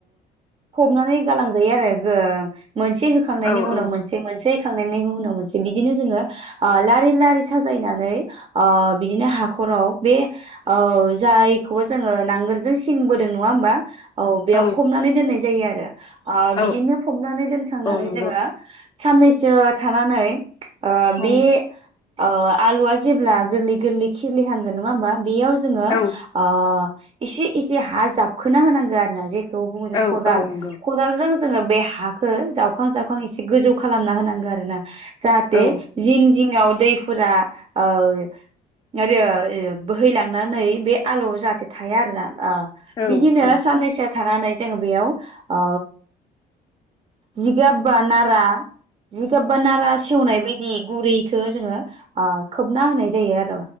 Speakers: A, on the right (about 35°); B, on the left (about 25°).
A: फबनानै गालांजायो आरो मोनसे होखांनायनि
B: औ
A: उनाव
B: औ
A: मोनसे मोनसे मोननैखौ उनाव मोनसे बिदिनो जोंङो ओ लारि लारि साजायनानै ओ बिदिनो हाखराव बे औ जायखौ जोंङो नांगोलजों सिन बोदों नंङा होनबा ओ।
B: औ
A: हमनानै दोननाय जायो आरो
B: औ
A: बिदिनो फबनानै दोनखांनानै
B: औ नंगौ
A: जोङो साननैसो थानानै आ बे
B: उम
A: अ आलुआ जेब्ला गोरलै गोरलै खिलिहांगोन नामङा होमबा बेयाव जोङो
B: औ
A: ओ एसे एसे हा जाबखोना होनांगो आरो ना जे खौ बुङो जों
B: औ
A: खदाल
B: औ नंगौ
A: खदाल जान जोङो बे हाखौ जावखां जावखां एसे गोजौ खालामना होनांगौ आरो ना। जाहाथे
B: औ
A: जिं जिं आव दैफोरा ओ आरो बोहैलांनानै बे आलुआव जाहाथे थाया आरो ना । अ
B: औ
A: बिदिनो
B: औ
A: साननैसो थानानै जोङो बेयाव ओ जिगाब बा नारा जिगाबबा नारा सेवनाय बाय <unintelligible> गुरैखो जोङो आ खोबना होनाय जायो आर